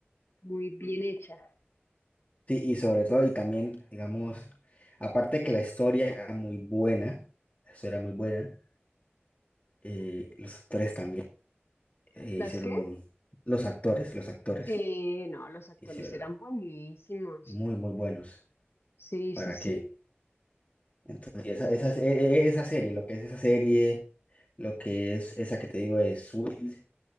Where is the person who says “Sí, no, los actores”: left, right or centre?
Left